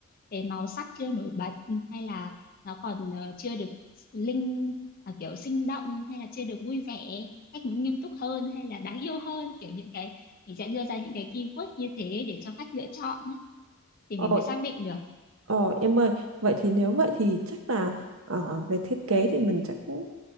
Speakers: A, on the left; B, on the right.
A: về màu sắc chưa nổi bật hay là nó còn ờ, chưa được linh à, kiểu sinh động hay là chưa được vui vẻ, khách muốn nghiêm túc hơn hay là đáng yêu hơn kiểu những cái mình sẽ đưa ra những cái keyword như thế để cho khách lựa chọn ấy, thì
B: Ồ,
A: mình mới xác định được
B: ồ em ơi, vậy thì nếu vậy thì chắc là ờ, về thiết kế thì mình chắc cũng